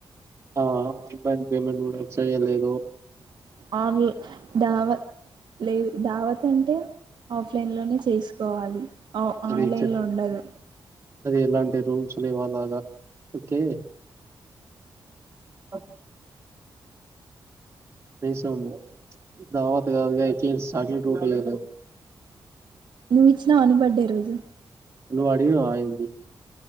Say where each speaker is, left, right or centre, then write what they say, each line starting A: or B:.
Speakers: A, on the right (about 30°); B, on the right (about 60°).
A: ఆ ఆన్లైన్ పేమెంట్ కూడా చెయ్యలేదు
B: ఆన్ల దావ లేదు దావత్ అంటే ఆఫ్లైన్లోనే చేసుకోవాలి
A: అది
B: ఆన్లైన్లో
A: చెప్
B: ఉండదు
A: అది ఎలాంటి రూల్స్ లేవాలాగా ఓకే అ కనీసము దావాత్ కాదు క ఎట్లీ సాక్లెట్ గూడియ్యలేదు
B: నువ్వు ఇచ్చినవా ని బర్డే రోజు
A: నువడిగినవా ఆ ఎంది